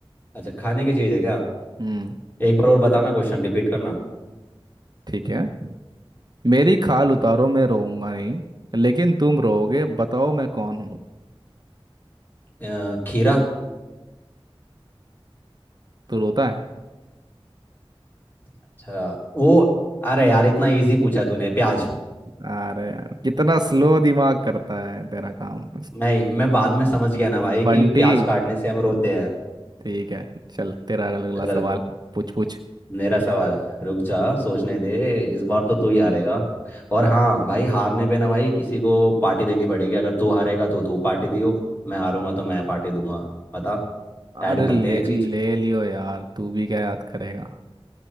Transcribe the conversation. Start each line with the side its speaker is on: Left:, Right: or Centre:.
Left: अच्छा खाने की चीज़ है क्या
Right: हम्म
Left: एक बार और बताना क्वेश्चन रिपीट करना
Right: ठीक है मेरी खाल उतारो मैं रोऊंगा नहीं लेकिन तुम रोओगे बताओ मैं कौन हूँ
Left: अ, खीरा
Right: तो रोता है
Left: अच्छा वो अरे यार इतना इजी पूछा तूने प्याज
Right: अरे यार, कितना स्लो दिमाग करता है तेरा काम
Left: नहीं मैं बाद में समझ गया ना भाई
Right: बंटी
Left: कि प्याज काटने से हम रोते
Right: ठीक है चल तेरा अगला अगला
Left: हैं
Right: सवाल पूछ पूछ
Left: मेरा सवाल रुक जा सोचने दे इस बार तो तू ही हारेगा और हाँ भाई हारने पे ना भाई किसी को पार्टी देनी पड़ेगी अगर तू हारेगा तो तू पार्टी दियो मैं हारूंगा तो मैं पार्टी दूंगा पता ऐड
Right: अरे
Left: करते हैं
Right: ले
Left: ये चीज
Right: ले लियो यार तू भी क्या याद करेगा